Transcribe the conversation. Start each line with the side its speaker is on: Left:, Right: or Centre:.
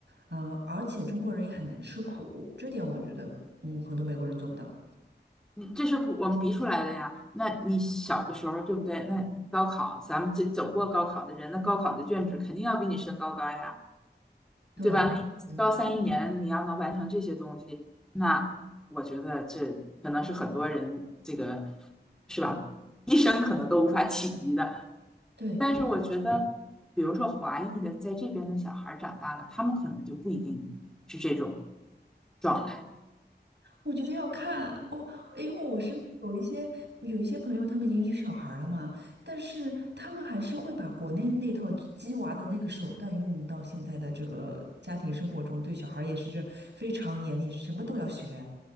Right: 呃，而且中国人也很能吃苦，这点我觉得，嗯，很多美国人做不到。
Centre: 你这是我们逼出来的呀。那你小的时候，对不对？那你高考，咱们这走过高考的人，那高考的卷子肯定要比你身高高呀，
Right: 对，
Centre: 对吧？那高三一年你要能完成这些东西，
Right: 对，
Centre: 那我觉得这可能是很多人这个是吧，一生可能都无法企及的。
Right: 对，
Centre: 但是我觉得，比如说华裔的在这边的小孩儿长大了，他们可能就不一定是这种状态。
Right: 我觉得要看哦，因为我身边有一些有一些朋友，他们已经有小孩了嘛，但是他们还是会把国内那套鸡娃的那个手段运用到现在的这个家庭生活中，对小孩也是这非常严厉，什么都要学，